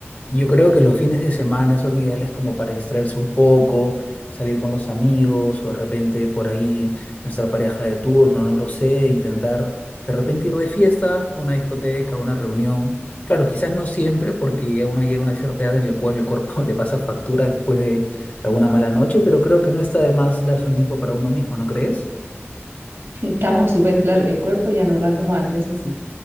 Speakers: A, on the left; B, on the right.
A: Yo creo que los fines de semana son ideales como para distraerse un poco, salir con los amigos o de repente por ahí nuestra pareja de turno, no lo sé, intentar de repente ir de fiesta a una discoteca, a una reunión. Claro, quizás no siempre porque ya uno llega a una cierta edad en la cual el cuerpo <laughs> le pasa factura después de alguna mala noche, pero creo que no está de más darse un tiempo para uno mismo, ¿no crees?
B: Estamos súper claro, el cuerpo ya no da como antes, eso sí,